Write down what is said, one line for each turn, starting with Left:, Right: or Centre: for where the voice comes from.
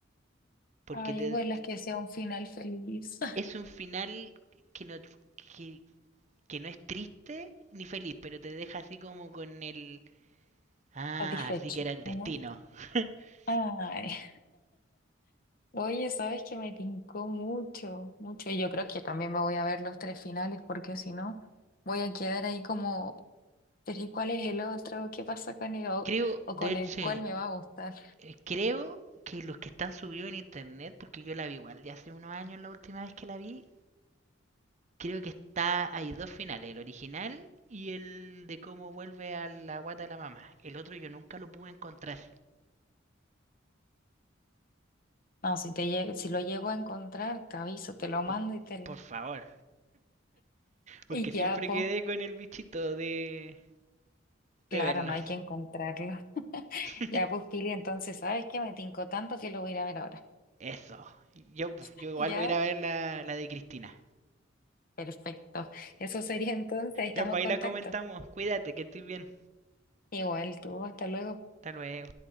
Right: Porque
Left: Ay,
Right: te-
Left: ojalá que sea un final feliz, <laughs>
Right: es un final que no, que, que no es triste ni feliz, pero te deja así como con el... Ah,
Left: satisfecho,
Right: así que era el destino.
Left: ¿o ¿no?
Right: <laughs>
Left: Ay, oye, sabes que me tincó mucho, mucho, y yo creo que también me voy a ver los tres finales, porque si no, voy a quedar ahí como, pero ¿y cuál es el otro? ¿Qué pasa con él? O,
Right: Creo,
Left: o
Right: de
Left: con
Right: hecho,
Left: el cual me va a gustar.
Right: eh, creo que los que están subidos en internet, porque yo la vi igual ya hace unos años la última vez que la vi, creo que está, hay dos finales, el original y el de cómo vuelve a la guata de la mamá. El otro yo nunca lo pude encontrar.
Left: No, si te lle- si lo llego a encontrar, te aviso, te lo mando
Right: Por,
Left: y te...
Right: por favor, porque
Left: Y ya,
Right: siempre
Left: pues,
Right: quedé con el bichito de,
Left: claro,
Right: de verlo.
Left: no hay que encontrarlo.
Right: <laughs>
Left: Ya, pues, Pili, entonces, ¿sabes que Me tincó tanto que lo voy a ir a ver ahora.
Right: Eso. Yo, pues,
Left: <laughs>
Right: yo igual
Left: ¿Ya?
Right: voy a ir a ver la, la de Cristina.
Left: Perfecto. Eso sería <laughs> entonces, estamos
Right: Ya, pues
Left: en
Right: ahí
Left: contacto.
Right: la comentamos. Cuídate, que estés bien.
Left: Igual tú, hasta luego.
Right: Hasta luego.